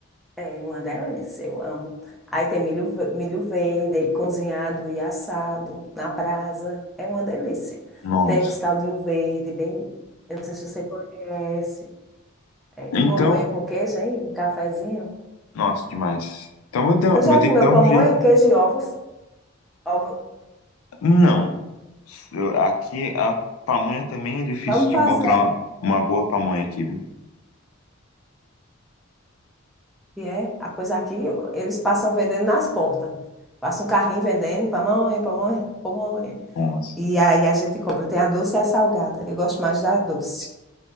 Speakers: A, in the centre; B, on the left.
A: É uma delícia, eu amo. Aí tem milho, ve- milho verde, aí cozinhado e assado na brasa. É uma delícia.
B: Nossa.
A: Tem os caldinhos verde, bem. Eu não sei se você conhece. É,
B: Então,
A: pamonha com queijo, hein? Um cafezinho.
B: nossa, demais. Então vou dar-
A: Você
B: vou
A: já
B: ter
A: comeu
B: que dar
A: pamonha,
B: um jeito.
A: queijo e ovos? Ovo.
B: Não. Eu- Aqui a pamonha também é difícil
A: Vamos
B: de
A: fazer.
B: encontrar uma boa pamonha aqui, viu?
A: E é, ah, pois aqui eles passam vendendo nas portas. Passa um carrinho vendendo pamonha, pamonha, pamonha.
B: Nossa.
A: E aí a gente compra. Tem a doce e a salgada. Eu gosto mais da doce.